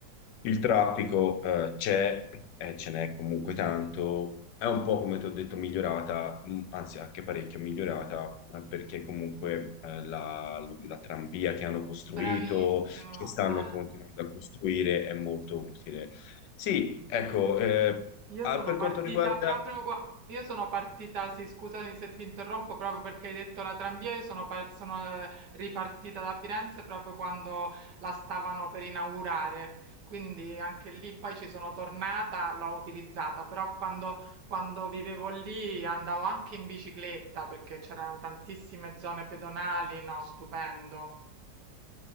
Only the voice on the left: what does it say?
il traffico eh, c'è e ce n'è comunque tanto. È un po', come ti ho detto, migliorata, mh, anzi anche parecchio migliorata, eh, perché comunque eh, la, la tranvia che hanno costruito,
che stanno
continuando a costruire, è molto utile. Sì, ecco, eh,
ah,
per
quanto riguarda